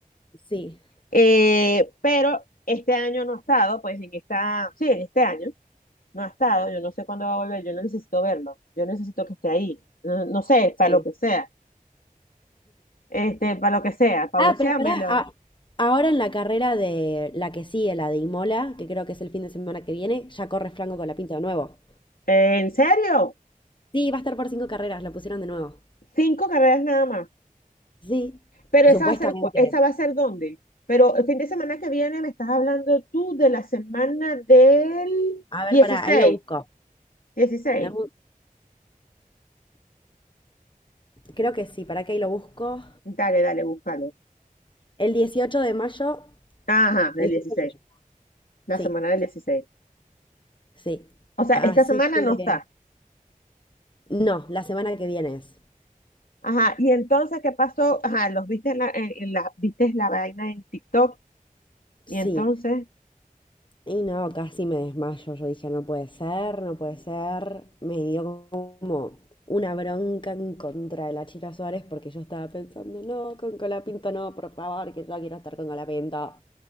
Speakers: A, on the left; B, on the left.
A: Sí,
B: Eh, pero este año no ha estado, pues en esta, sí, en este año no ha estado, yo no sé cuándo va a volver, yo no necesito verlo, yo necesito que esté ahí, no, no sé,
A: sí.
B: para lo que sea, este, para lo que sea, para buceármelo.
A: Ah, pero pará, a- ahora en la carrera de la que sigue, la de Imola, que creo que es el fin de semana que viene, ya corre Franco Colapinto de nuevo.
B: Eh, ¿en serio?
A: Sí, va a estar por cinco carreras, lo pusieron de nuevo.
B: Cinco carreras nada más.
A: Sí,
B: Pero
A: supuestamente.
B: esa va a ser, cu- esa va a ser dónde? Pero el fin de semana que viene me estás hablando tú de la semana del
A: A ver,
B: dieciséis,
A: pará, ahí lo busco.
B: dieciséis.
A: Dame un- Creo que sí, pará que ahí lo busco.
B: Dale, dale, búscalo.
A: El dieciocho de mayo
B: Ajá, del
A: 18.
B: 16, la
A: Sí,
B: semana del 16.
A: sí.
B: O sea,
A: Así
B: esta semana
A: que,
B: no está.
A: no, la semana que viene es.
B: Ajá, y entonces, ¿qué pasó? Ajá, los viste en la, en, en la, viste la vaina en TikTok y
A: Sí.
B: entonces,
A: Y no, casi me desmayo. Yo dije, no puede ser, no puede ser. Me dio como una bronca en contra de la Chira Suárez porque yo estaba pensando, no, con Colapinto no, por favor, que yo quiero estar con Colapinto.